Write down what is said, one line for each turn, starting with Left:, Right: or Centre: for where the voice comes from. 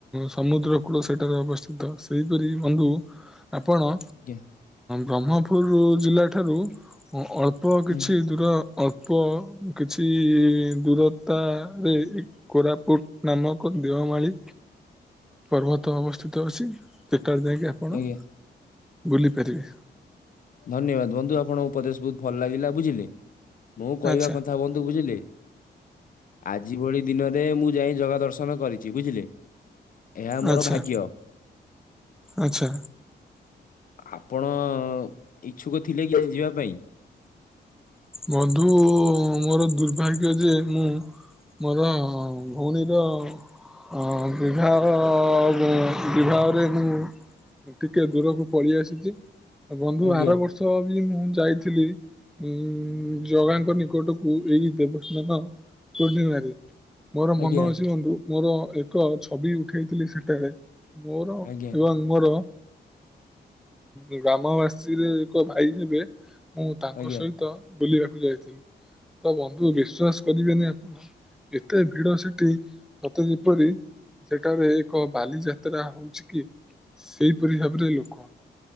Centre: ସମୁଦ୍ର କୂଳ ସେଠାରେ ଅବସ୍ଥିତ ସେହିପରି ବନ୍ଧୁ ଆପଣ
Left: ଆଜ୍ଞା
Centre: ବ୍ରହ୍ମ ପୁର ଜିଲ୍ଲାଠାରୁ ଅଳ୍ପ କିଛି
Left: ଆଜ୍ଞା
Centre: ଦୂର ଅଳ୍ପ କିଛି ଦୂରତାରେ କୋରାପୁଟ ନାମକ ଦେଓମାଳିୀ ପର୍ବତ ତ ଅବସ୍ଥିତ ଅଛି ସେଟାରେ ଯାଇକି ଆପଣ
Left: ଆଜ୍ଞା
Centre: ବୁଲି ପାରିବେ।
Left: ଧନ୍ୟବାଦ ବନ୍ଧୁ ଆପଣଙ୍କ ଉପଦେଶ ବହୁତ ଭଲ ଲାଗିଲା ବୁଝିଲେ। ମୁଁ କହିବା
Centre: ଆଚ୍ଛା
Left: କଥା ବନ୍ଧୁ ବୁଝିଲେ ଆଜି ଭଳି ଦିନରେ ମୁଁ ଯାଇ ଜଗା ଦର୍ଶନ କରିଛି ବୁଝିଲେ। ଏହା ମୋର
Centre: ଆଚ୍ଛା
Left: ଭାଗ୍ୟ।
Centre: ଆଚ୍ଛା
Left: ଆପଣ ଇଚ୍ଛୁକ ଥିଲେ କି ଯିବା ପାଇଁ?
Centre: ବନ୍ଧୁ ମୋର ଦୁର୍ଭାଗ୍ୟ ଯେ ମୁଁ ମୋର ଭଉଣୀର ଅ ବିବାହର ବିବାହରେ ମୁଁ ଟିକେ ଦୂରକୁ ପଳେଇ ଆସିଛି ବନ୍ଧୁ
Left: ଆଜ୍ଞା
Centre: ଆର ବର୍ଷ ବି ମୁଁ ଯାଇଥିଲି। ଉ ଜଗାଙ୍କ ନିକଟକୁ ଏଇ ଦେବସ୍ନାନ ପୂର୍ଣ୍ଣିମାରେ ମୋର ମନ
Left: ଆଜ୍ଞା
Centre: ଅଛି ବୁନ୍ଧୁ ମୋର ଏକ ଛବି ଉଠେଇଥିଲି ସେଠାରେ ମୋର
Left: ଆଜ୍ଞା
Centre: ଏବଂ ମୋର ଗ୍ରାମବାସୀର ଏକ ଭାଇ ହେବେ। ମୁଁ ତାଙ୍କ
Left: ଆଜ୍ଞା
Centre: ସହିତ ବୁଲିବାକୁ ଯାଇଥିଲି ତ ବନ୍ଧୁ ବିଶ୍ୱାସ କରିବେନି ଆପଣ ଏତେ ଭିଡ ସେଠି ସତେ ଯେପରି ସେଠାରେ ଏକ ବାଲିଯାତ୍ରା ହଉଛି କି? ସେଇପରି ଭାବରେ ଲୋକ